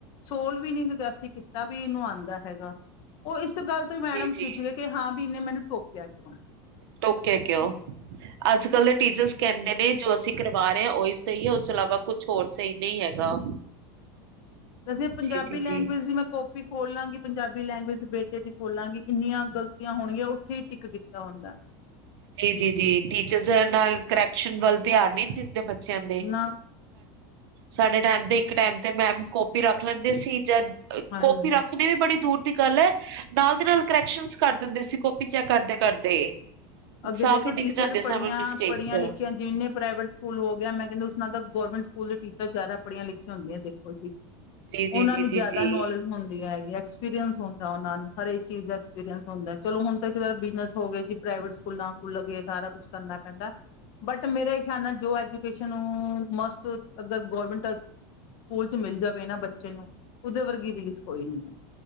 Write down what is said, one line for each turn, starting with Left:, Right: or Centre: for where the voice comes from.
Left: ਸੋਲ ਵੀ ਨਹੀਂੀ ਹੈਗਾਸੀ ਕੀਤਾ ਵੀ ਇਹਨੂੰ ਆਉਂਦਾ ਹੈਗਾ ਉਹ ਇਸ ਗੱਲ ਤੋਂ ਹੀ ਮੈਡਮ
Right: ਜੀ ਜੀ
Left: ਖਿੱਚ ਗਏ ਕਿ ਹਾਂ ਵੀ ਇਹਨੇ ਮੈਨੂੰ ਟੋਕਿਆ ਕਿਉਂ
Right: ਟੋਕੇ ਕਿਉਂ ਅੱਜ ਕੱਲ ਦੇ ਟੀਚਰਸ ਕਹਿੰਦੇ ਨੇ ਜੋ ਅਸੀਂ ਕਰਵਾ ਰਹੇ ਹਾਂ ਉਹੀ ਸਹੀ ਹੈ ਉਸ ਤੋਂ ਇਲਾਵਾ ਕੁਛ ਹੋਰ ਸਹੀ ਨਹੀਂ ਹੈਗਾ
Left: ਦਸੀਂ ਪੰਜਾਬੀ
Right: ਜੀ ਜੀ
Left: ਲੈਂਗੁਏਜ
Right: ਜੀ
Left: ਦੀ ਮੈਂ ਕਾਪੀ ਖੋਲ ਲਾਂਗੀ ਪੰਜਾਬੀ ਲੈਂਗੁਏਜ ਦੇ ਬੇਟੇ ਦੀ ਖੋਲਾਂਗੀ ਇੰਨੀਆਂ ਗਲਤ ਹੋਣਗੀਆਂ ਉੱਥੇ ਹੀ ਟਿੱਕ ਕੀਤਾ ਹੁੰਦਾ
Right: ਜੀ ਜੀ ਜੀ ਟੀਚਰਸ ਨਾਲ ਕਰੈਕਸ਼ਨ ਵੱਲ ਧਿਆਨ ਨੀ ਦਿੰਦੇ ਬੱਚਿਆਂ ਦੇ
Left: ਨਾ
Right: ਸਾਡੇ ਟੈਮ ਦੇ ਇੱਕ ਟੈਮ ਤੇ ਮੈਮ ਪੀ ਰੱਖ ਲੈਂਦੇ ਸੀ ਜਾਂ
Left: ਹਾਂਜੀ
Right: ਕੋੋਪੀ ਰੱਖਦੇ ਵੀ ਬੜੀ ਦੂਰ ਦੀ ਗੱਲ ਹੈ ਨਾਲ ਦੀ ਨਾਲ ਕਰੈਕਸ਼ਨ ਕਰ ਦਿੰਦੇ ਸੀ ਕਪੀ ਚੈੱਕ ਕਰਦੇ ਕਰਦੇ
Left: ਅੱਗੇ
Right: ਸਾਫ਼
Left: ਦੇਖੋ
Right: ਹੀ ਦਿਖ
Left: ਟੀਚਰ
Right: ਜਾਂਦੇ
Left: ਪੜ੍ਹੀਆਂ
Right: ਸਾਨੂੰ ਮਿਸਟੇਕਸ
Left: ਪੜ੍ਹੀਆਂ ਲਿਖੀਆਂ ਜਿੰਨੇ ਪ੍ਰਾਈਵੇਟ ਸਕੂਲ ਹੋ ਗਿਆ ਮੈਂ ਕਹਿੰਦੇ ਉਸ ਨਾਲ ਤਾਂ ਗੌਰਮੈਂਟ ਸਕੂਲ ਟੀਚਾਂ ਜ਼ਿਆਦਾੜੀਆਂ ਲਿਖੀਆਂ ਹੁੰਆਂਖ
Right: ਜੀ ਜੀ
Left: ਉਹਨਾਂ
Right: ਜੀ
Left: ਨੂੰ
Right: ਜੀ
Left: ਜਿਆਦਾ
Right: ਜੀ
Left: ਨੌਲੇਜ ਹੁੰਦੀ ਹੈਗੀ ਐਕਸਪੀਰੀਅੰਸ ਹੁੰਦਾ ਉਹਨਾਂ ਨੂੰ ਹਰੇਕ ਚੀਜ਼ ਦਾ ਐਕਸਪੀਰੀਅੰਸ ਹੁੰਦਾ ਚਲੋ ਹੁਣ ਤਾਂ ਬਿਜਨਸ ਹੋ ਗਏ ਜੀ ਪ੍ਰਾਈਵੇਟ ਫੁਲਾਂ ਫੁੱਲ ਕੇ ਸਾਰਾ ਕੁੱਛ ਕਰਨਾ ਪੈਂਦਾ। ਬਟ ਮੇਰਾ ਖਿਆਲ ਨਾਲ ਜੋ ਐਜੂਕੇਸ਼ਨ ਮਸਟ ਅਗਰ ਗੌਰਮੈਂਟ ਸਕੂਲ ਚ ਮਿਲ ਜਾਵੇ ਨਾ ਬੱਚੇ ਨੂੰ ਉਹਦੇ ਵਰਗੀ ਰੀਸ ਕੋਈ ਨੀ ਹੈ।